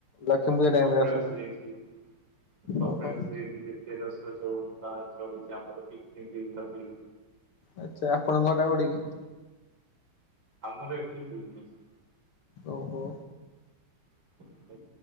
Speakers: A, on the left (about 80°); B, on the right (about 60°).
A: ଲକ୍ଷ୍ମୀପୂଜା
B: ମୁଁ
A: ଟାଇମ୍
B: କପିଳାସ
A: ରେ ଆସନ୍ତୁ।
B: ଯାଇଥିଲି। କପିଳାସ
A: ଓହୋ
B: ଯାଇଥିଲେ। ତେରଶହ ଚଉବନ ପାହାଡ ଚଢିଛି। ଆମର ପିକନିକ୍ ହେଇଥିଲା ସେଇ
A: ଆଚ୍ଛା। ଆପଣଙ୍କର ଘରଟା କୋଉଠି କି?
B: ଆମର ଆକ୍ଚୁଆଲି ଭୁବନେଶ୍ୱର।
A: ଓହୋ।
B: <unintelligible>